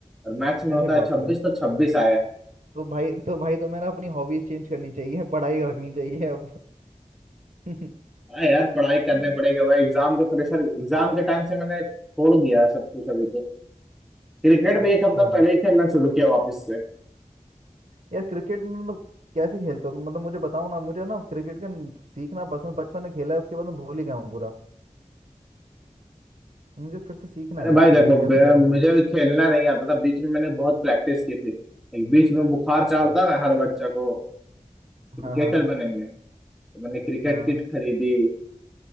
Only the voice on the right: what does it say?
अरे
बाप
रे
तो भाई तो भाई तुम्हें ना अपनी हॉबीज चेंज करनी चाहिए पढ़ाई रखनी चाहिए अब <laughs>
हम्म,
अच्छा
यार क्रिकेट में मतलब कैसे खेलते हो तुम मतलब मुझे बताओ ना मुझे ना क्रिकेट का न- सीखना पसंद बचपन में खेला है उसके बाद मैं भूल ही गया हूँ पूरा मुझे फिर से सीखना
है यार
क्रिकेट
कैसे
करूँ
मैं
अच्छा
हाँ हाँ
हाँ